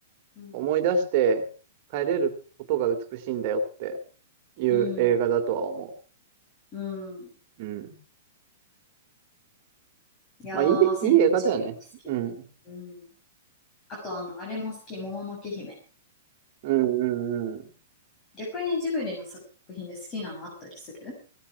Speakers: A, on the left; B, on the right.
A: うん、
B: 思い出して帰れることが美しいんだよっていう映画だとは思
A: うん、うん。
B: う。うん。
A: いやー、
B: まあいい、
A: 千と千尋が好きだよね。
B: いい映画だよね。うん。
A: うん。あと、あの、あれも好き、もののけ姫。
B: うんうんうん。
A: 逆にジブリの作品で好きなのあったりする